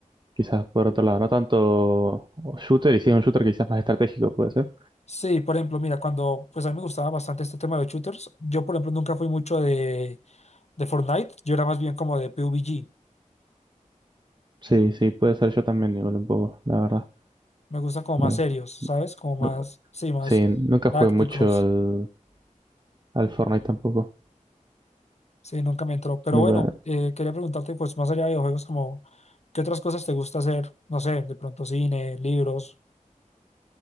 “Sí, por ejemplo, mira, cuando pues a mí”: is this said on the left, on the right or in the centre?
Left